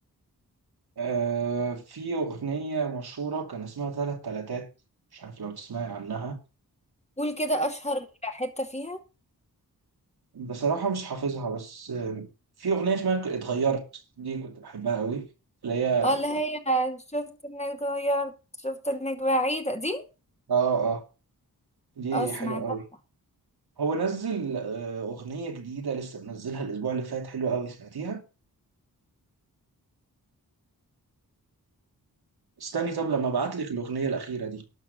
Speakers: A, on the right; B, on the left.
A: آه في أغنية مشهورة كان اسمها تلات تلاتات مش عارف لو تسمعي عنها
B: قول كده اشهر حتة فيها
A: وبصراحة مش حافظها بس آه في أغنية اسمها ك- اتغيرت دي كنت بحبها قوي اللي هي
B: اه اللي هي شفت انك اتغيرت شفت انك بعيدة دي
A: آه آه دي
B: اه سمعتها
A: حلوة قوي هو نزل آه أغنية جديدة لسه منزلها الأسبوع اللي فات حلوة قوي سمعتيها استني طب لما ابعت لك الأغنية الأخيرة دي